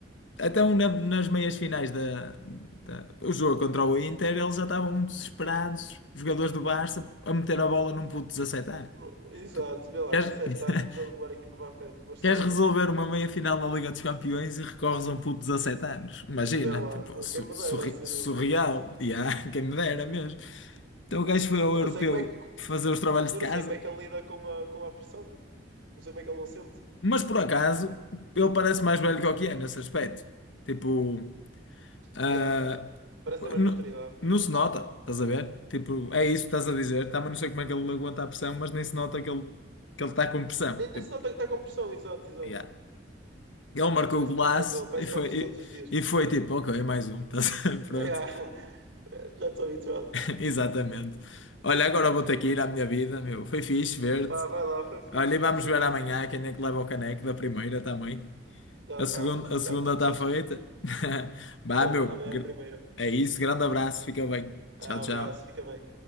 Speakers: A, on the left; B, on the right.
A: Até um na- nas meias finais da, da- o jogo contra o Inter, eles já estavam desesperados, os jogadores do Barça, a meter a bola num puto de 17 anos.
B: No- Exato,
A: Tu
B: vê lá,
A: queres,
B: 17 anos
A: <laughs>
B: a levar a equipa para a frente, Barcelona.
A: queres resolver uma meia final na Liga dos Campeões e recorres a um puto de 17 anos? Imagina,
B: Vê lá,
A: tipo,
B: foi
A: su-
B: quem me
A: surri-
B: dera ser
A: surreal.
B: eu fosse.
A: Yeah, <laughs> quem me dera mesmo. Então o gajo foi ao
B: Eu
A: europeu
B: não sei como é que
A: fazer os trabalhos
B: Eu
A: de casa,
B: não sei como é que ele lida com a, com a pressão. Não sei como é que ele não sente.
A: mas por acaso ele parece mais velho que o que é nesse aspecto. Tipo, ah,
B: Yeah. Parece ter mais
A: n-
B: maturidade.
A: não se nota, estás a ver? Tipo,
B: Uhum.
A: é isso que estás a dizer. Também não sei como é que ele aguenta a pressão, mas nem se nota que ele que ele está com pressão.
B: Nem,
A: Tipo,
B: nem se nota que está com pressão, exato, exato.
A: yeah. Ele marcou
B: Parece
A: o golaço
B: tranquilo para ele. Parece
A: e foi,
B: que faz isto todos os dias.
A: e, e foi tipo, ok, mais um, <laughs> estás a ver? <laughs> Pronto,
B: Yeah. <laughs> Já estou habituado.
A: <laughs> exatamente. Olha, agora vou ter que ir à minha vida, meu. Foi fixe ver-te.
B: Vá, vai lá, foi fixe
A: Olha,
B: conversar
A: e vamos ver
B: contigo.
A: amanhã quem é que leva o caneco da primeira também.
B: Já
A: A
B: sabes.
A: segunda, a segunda
B: Já
A: está
B: sabes.
A: feita. <laughs> Vá,
B: Exato,
A: meu.
B: amanhã
A: gr-
B: é a primeira.
A: É isso. Grande abraço. Fica bem.
B: Ah,
A: Tchau, tchau.
B: abraço, fica bem.